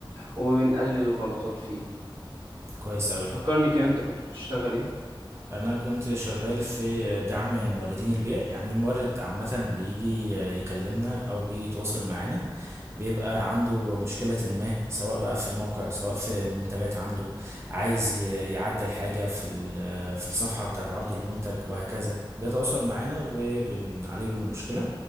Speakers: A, on the right; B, on the right.
A: وبنقلل الغلطات فيه
B: كويس اوي ده
A: فكرني كده انت كنت بتشتغل ايه؟
B: انا كنت شغال في دعم موردين البيع يعني المورد عامه بيجي يكلمنا او بيجي يتواصل معانا بيبقى عنده مشكلة ما سواء بقى في الموقع سواء في المنتجات عنده عايز ي- يعدل حاجة في ال- في الصفحة بتاعة عرض المنتج وهكذا بيتواصل معانا وبنعالج له المشكلة